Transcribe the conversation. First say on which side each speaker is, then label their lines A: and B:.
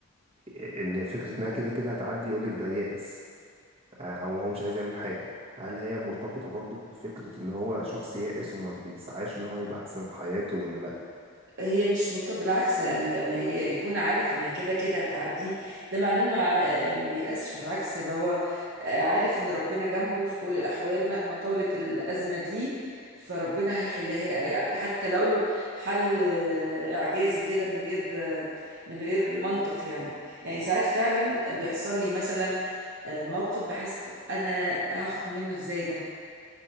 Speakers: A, on the right (about 25°); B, on the right (about 55°).
A: آه، إن فكرة إنها كده كده هتعدي يقولك ده يائس آه، أو هو مش عايز يعمل حاجة هل هي مرتبطة برضو بفكرة إن هو شخص يائس وما بيسعاش إن هو يبقى أحسن في حياته ولا لأ؟
B: هي مش مرتبطة بالعكس يعني لما ي- يكون عارف انها كده كده هتعدي ده معناه انه ع- ما بيأسش بالعكس ده هو آه، عارف ان ربنا جنبه في كل الاحوال مهما طالت الازمة دي فربنا هيحلها حتى لو حل آه، اعجازي كده من غير آه، من غير منطق يعني يعني ساعات فعلا بيحصل لي مثلا آه، موقف بحس طب انا هاخد منه ازاي ده